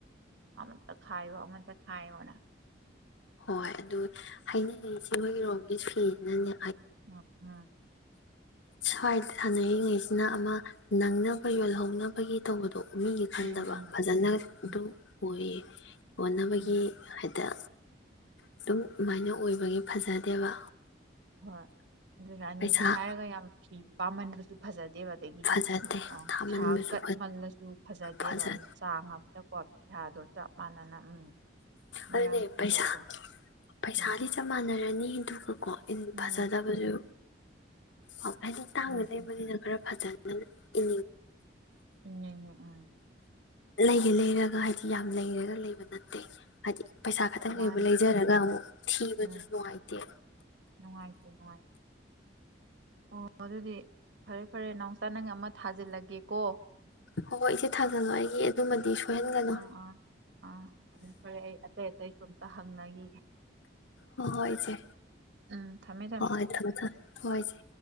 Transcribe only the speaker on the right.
ꯑꯃꯇ ꯈꯥꯏꯌꯣ ꯑꯃꯇ ꯈꯥꯏꯌꯣꯅ
ꯑ ꯑꯝ
ꯎꯝ ꯎꯝ
ꯎꯝ
ꯎꯝ
ꯎꯝ
ꯍꯣꯏ ꯑꯗꯨ ꯔꯥꯅꯤꯅꯦ
ꯍꯥꯏꯔꯒ ꯌꯥꯝ ꯐꯤ ꯄꯥꯝꯃꯟꯕꯁꯨ ꯐꯖ ꯗꯦꯕ ꯑꯗꯒꯤꯗꯤ
ꯊꯥ ꯀꯠꯃꯜꯂꯁꯨ ꯐꯖꯗꯦꯕ
ꯆꯥꯡ ꯑꯃꯗꯀꯣ ꯄꯩꯁꯥꯗꯣ ꯆꯞ ꯃꯥꯟꯅꯅ ꯎꯝ ꯃꯣꯏꯔꯥꯡ
ꯐꯤꯒꯗꯣ
ꯎꯝ
ꯎꯝ
ꯎꯝ
ꯎꯝ
<unintelligible> ꯎꯝ
ꯃꯥꯅꯤ
ꯎꯝ
ꯅꯨꯡꯉꯥꯏꯇꯦ ꯅꯨꯡꯉꯥꯏꯇꯦ ꯑꯣ ꯑꯗꯨꯗꯤ ꯐꯔꯦ ꯐꯔꯦ ꯅꯥꯎꯁꯥ ꯅꯪ ꯑꯃ ꯊꯥꯖꯤꯜꯂꯒꯦꯀꯣ
ꯑ ꯑ ꯑ ꯑꯇꯩ ꯑꯇꯩ ꯀꯝꯇ ꯍꯪꯅꯈꯤꯒꯦ
ꯎꯝ ꯊꯝꯃꯦ